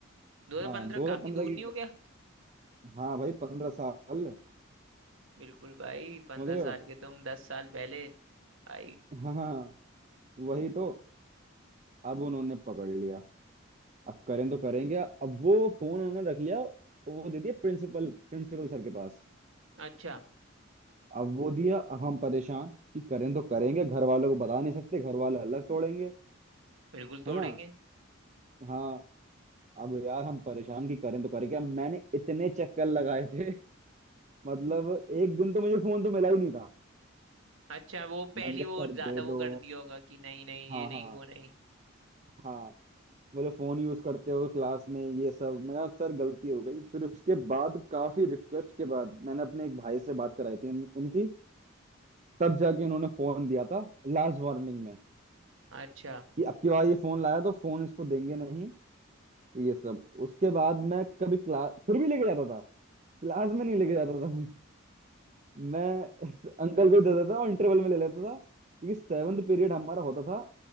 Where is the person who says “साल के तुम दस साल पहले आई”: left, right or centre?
Right